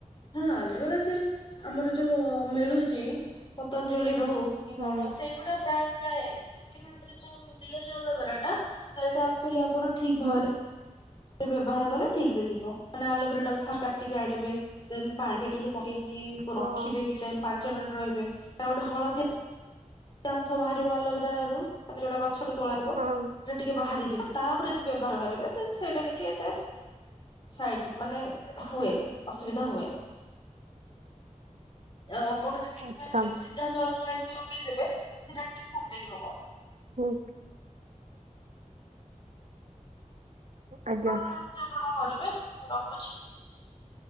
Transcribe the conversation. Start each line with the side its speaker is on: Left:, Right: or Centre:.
Left: ହଁ ଆଲବେରା ଜେଲ୍ ଆମର ଯୋଉ ମିଳୁଛି ପତଞ୍ଜଳିର ହଉ। କି
Right: ହୁଁ
Left: କଣ ସେଇଗୁଡା ପ୍ରାୟ ଯାଏ କିନ୍ତୁ ଆମର ଯୋଉ ରିଏଲ୍ ଆଲୋବେରା ଟା। ସେଇଟା ଆକଚୁଆଲି ଆପଣ ଠିକ ଭାବରେ।
Right: ହୁଁ
Left: ବ୍ୟବହାର କଲେ ଠିକରେ ଯିବ ମାନେ ଆଲୋଭେରା ଟାକୁ ଫାଷ୍ଟ କାଟିକି ଆଣିବେ ଦେନ ପାଣି ରେ ଟିକେ। ପକେଇକି
Right: ହଁ
Left: ରଖିବେ କିଛି ସମୟ ପାଞ୍ଚ ମିନିଟ ରହିବେ ତାର ଗୋଟେ ହଳଦିଆ। ଅଂସ ବାହାରିବ ଆଲୋଭେରାରୁ ମାନେ ଯୋଉଟା ଗଛରୁ ତୋଳା ହେଇଥିବ
Right: ହଁ
Left: ସେ ଟିକେ ବାହାରି ଯିବ ତା ଉପରେ ଯଦି ବ୍ୟବହାର କରିବେ ଦେନ୍ ସେଇଟା କିଛି ଏତେ। ସାଇଡ ମାନେ ହୁଏନି ଅସୁବିଧା ହୁଏନି।
Right: <inaudible>
Left: ଆ ଆପଣ ଯଦି
Right: ଆଚ୍ଛା
Left: ମାନେ ତାକୁ ସିଧାସଳଖ ଆଣିକି ଲଗେଇଦେବେ ସେଟା ଟିକେ କୁଣ୍ଡେଇ ହବ।
Right: ହୁଁ। ଆଜ୍ଞା।
Left: ହଉ ତାହେଲେ ଯାଅ କଣ କରିବେ ମୁଁ ରଖୁଛି।